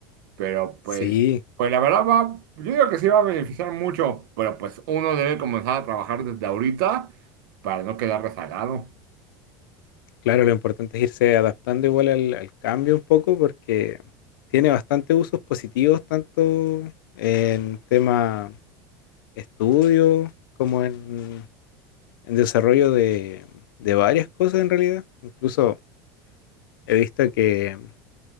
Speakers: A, on the right; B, on the left.
A: pero pues,
B: Sí.
A: pues la verdad va, yo digo que sí va a beneficiar mucho, pero pues uno debe comenzar a trabajar desde ahorita para no quedar rezagado.
B: Claro, lo importante es irse adaptando igual al, al cambio un poco porque tiene bastante usos positivos tanto en tema estudio como en, en desarrollo de, de varias cosas en realidad. Incluso he visto que